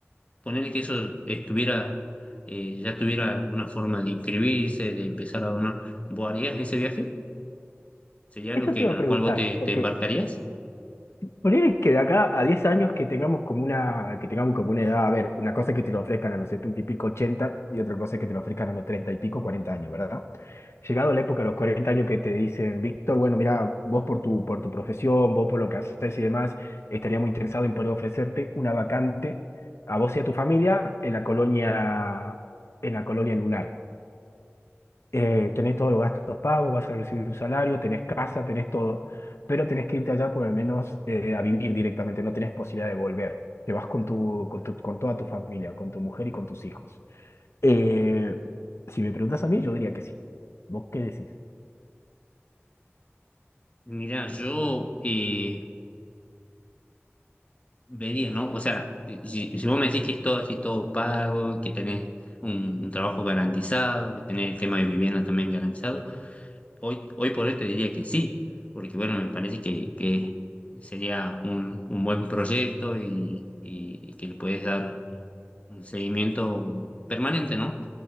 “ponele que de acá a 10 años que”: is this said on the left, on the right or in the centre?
Left